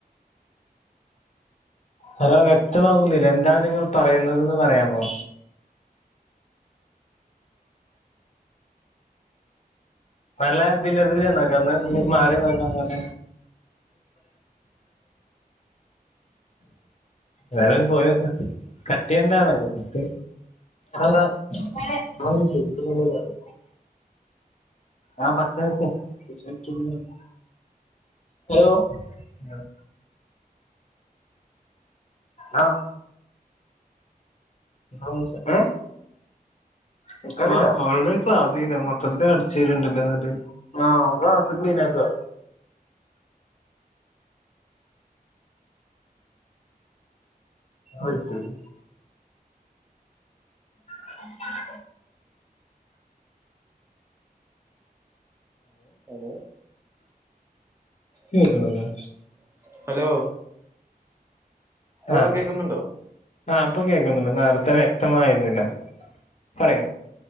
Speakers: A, on the left (about 45°); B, on the right (about 15°).
A: ഹലോ വ്യക്തമാകുന്നില്ല എന്താണ് നിങ്ങൾ പറയുന്നതെന്ന് പറയാമോ നല്ല ഇതില് <unintelligible> ഉം മാറി നോക്കാ <unintelligible> <unintelligible> വേണെയൊന്ന് പോയോക്ക കട്ടിയ്യണ്ട <inaudible> കട്ട് അതെന്താ വേറെ <inaudible> ഗുണ്ടുമൊളകാണ് ആഹ് പക്ഷേ <unintelligible> ഹലോ ആഹ് ആഹ് <inaudible> ഏഹ് കേക്ക്ണില്ല്യാ അവൾടെ ക്ലാസീനെ മൊത്തത്തില് അടിച്ചേരിണ്ടല്ലോ എന്നട്ട് ആഹ് ഓൻ ക്ലാസ്സ് ക്ലീനാക്ക്ആ അയ്ശരി <inaudible>
B: ഹലോ കേക്ക്ണില്ല്യ
A: കേൾക്കണില്ലേ
B: ഹലോ ഇപ്പോ
A: ആഹ്
B: കേക്കുന്നുണ്ടോ
A: ആഹ് ഇപ്പം കേക്കുന്നുണ്ട് നേരത്തെ വ്യക്തമായിരുന്നില്ല പറയൂ